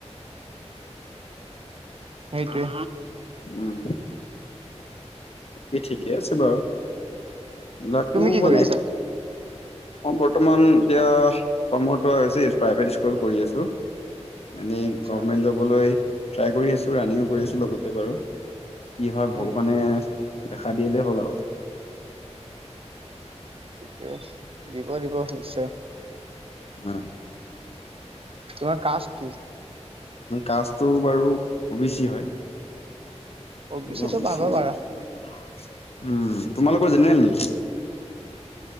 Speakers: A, on the right; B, on the left.
A: সেইটোৱে।
B: উম, বাকী ঠিকে আছে বাৰুবিলাকো
A: তুমি কি
B: মানে।
A: কৰি আছা
B: মই বৰ্তমান এতিয়া কৰ্মটো হৈছে প্ৰাইভেট স্কুল কৰি আছো। মানে
A: আচ্ছা
B: গভমেন্ট যাবলৈ ট্ৰাই কৰি আছো ৰানিং কৰি আছো লগতে বাৰু। কি হয় ভগৱানে
A: উম উম
B: দেখা দিলে হ'ল আৰু।
A: তাকে দিব - দিব নিশ্চয়।
B: মোৰ
A: তোমাৰ কাষ্ট কি?
B: কাষ্টটো বাৰু ও বে ছি হয়।
A: অ চিটো
B: ও বি
A: পাবা
B: ছি উম
A: পাৰা।
B: তোমালোকৰ জেনেৰেল নেকি?